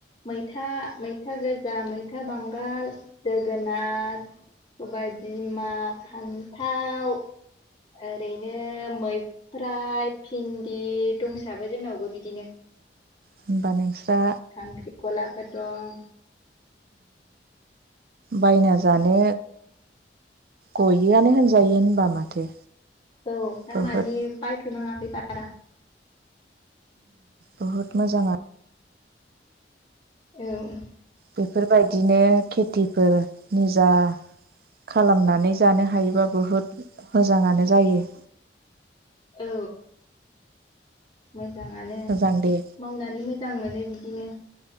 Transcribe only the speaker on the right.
होनबा नोंस्रा
बायना जानो गयोआनो होनजायो होनबा माथो
बहुद
बहुत मोजांआ
बेफोरबायदिनो खेथिफोर निजा खालामनानै जानो हायोबा बुहुद मोजाङानो जायो।
मोजां दे